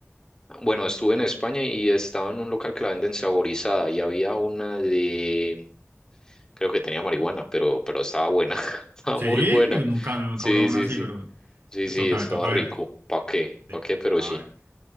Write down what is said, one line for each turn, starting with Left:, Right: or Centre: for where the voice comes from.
Left: Bueno, estuve en España y estaba en un local que la venden saborizada y había una de, creo que tenía marihuana, pero, pero estaba buena, <laughs> estaba
Right: Sí,
Left: muy buena.
Right: nunca, nunca
Left: Sí,
Right: he probado una
Left: sí,
Right: así,
Left: sí,
Right: pero
Left: sí,
Right: me
Left: sí,
Right: toca,
Left: estaba
Right: me toca
Left: rico.
Right: ver.
Left: ¿Para qué? ¿Para
Right: Sí.
Left: qué? Pero
Right: A
Left: sí,
Right: ver.